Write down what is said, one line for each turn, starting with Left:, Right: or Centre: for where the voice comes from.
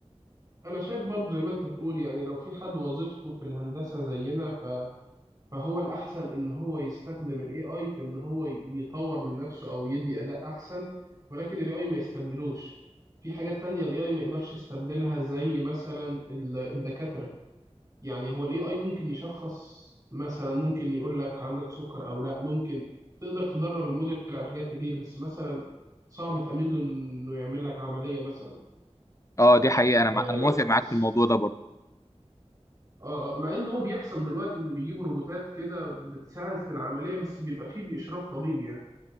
Right: انا شايف برضو زي ما انت بتقول يعني لو في حد وظيفته في الهندسة زينا ف... فهو الاحسن ان هو يستخدم الاي اي في ان هو يطور من نفسه او يدي اداء احسن ولكن الاي اي ما يستبدلوش في حاجات تانية الاي اي ما يقدرش يستبدلها زي مثلا ال- الدكاترة يعني هو الاي اي ممكن يشخص مثلا ممكن يقول لك عندك سكر او لا ممكن تقدر تدرب الموديل على حاجات كتير بس مثلا صعب تأمن له انه يعمل لك عملية مثلا
Left: اه دي حقيقه انا مع-
Right: آه
Left: انا موافق معاك
Right: ص-
Left: في الموضوع ده برضو
Right: آه، مع ان هو بيحصل دلوقتي ان بيجيبوا روبوتات كده بتساعد في العملية بس بيبقى فيه بإشراف طبيب يعني